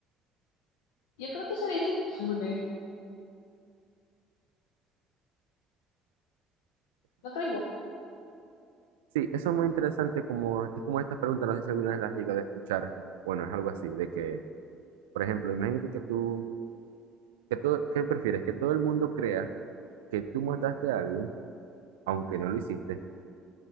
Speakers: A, on the left; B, on the right.
A: yo creo que sería <laughs> impune. ¿No crees vos?
B: Sí, eso es muy interesante, como, es como estas preguntas, no sé si alguna vez las has llegado a escuchar. Bueno, es algo así, de que, por ejemplo, imagínate que tú que todo- ¿qué prefieres? ¿Que todo el mundo crea que tú mataste a alguien, aunque no lo hiciste?